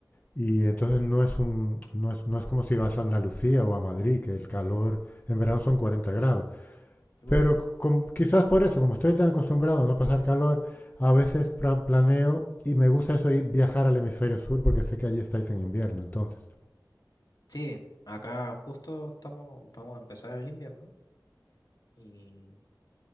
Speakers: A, on the left; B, on the left.
A: Y entonces no es un, no es, no es como si vas a Andalucía o a Madrid, que el calor en verano son 40 grados.
B: Uf,
A: Pero com- quizás por eso, como estoy tan acostumbrado a no pasar calor, a veces pra- planeo y me gusta eso ir viajar al hemisferio sur porque sé que allí estáis en invierno, entonces.
B: sí, acá justo estamos, vamos a empezar el invierno. Y,